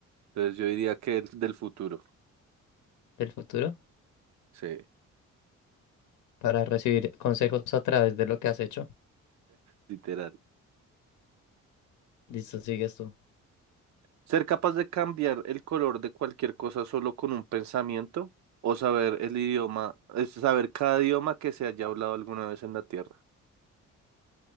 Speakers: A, on the right; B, on the left.
A: Entonces yo diría que el del futuro.
B: del futuro,
A: Sí,
B: para recibir consejos a través de lo que has hecho.
A: literal.
B: Listo, sigues tú.
A: Ser capaz de cambiar el color de cualquier cosa solo con un pensamiento o saber el idioma, es saber cada idioma que se haya hablado alguna vez en la Tierra.